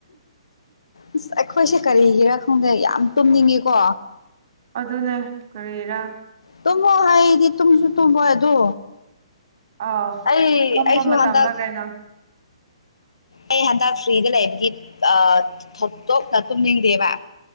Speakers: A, on the left; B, on the right.
A: ꯑꯁ ꯑꯩꯈꯣꯏꯁꯦ ꯀꯔꯤꯒꯤꯔꯥ ꯈꯪꯗꯦ ꯌꯥꯝ ꯇꯨꯝꯅꯤꯡꯉꯦꯀꯣ
B: ꯑꯗꯨꯅꯦ ꯀꯔꯤꯔꯥ
A: ꯇꯨꯝꯃꯣ ꯍꯥꯏꯗꯤ ꯇꯨꯝꯁꯨ ꯇꯨꯝꯃꯣꯏ ꯑꯗꯣ
B: ꯑꯥꯎ
A: ꯑꯩ
B: ꯐꯝꯕ
A: ꯑꯩꯁꯨ
B: ꯃꯇꯝꯗ
A: ꯍꯟꯗꯛ
B: ꯀꯩꯅꯣ
A: ꯑꯩ ꯍꯟꯗꯛ ꯐ꯭ꯔꯤꯗ ꯂꯩꯕꯒꯤ ꯑꯥ ꯊꯣꯢꯗꯣꯛꯅ ꯇꯨꯝꯅꯤꯡꯗꯦꯕ